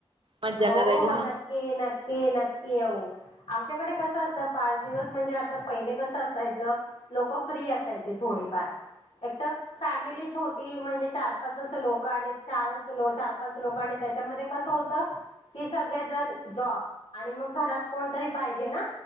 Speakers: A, on the right; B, on the left.
A: मज्जा
B: हो
A: करायला.
B: हो, नक्की नक्की नक्की येऊ. आमच्याकडे कसं असतं पाच दिवस म्हणजे आता पहिले कसं असायचं लोक फ्री असायची थोड. एकतर
A: अच्छा
B: फॅमिली छोटी म्हणजे चार पाच लोक आणि चारच लो चार पाच लोक आणि त्याच्यामध्ये कसं होत कि सगळेजण जॉब आणि मग घरात कोणतरी पाहिजे ना.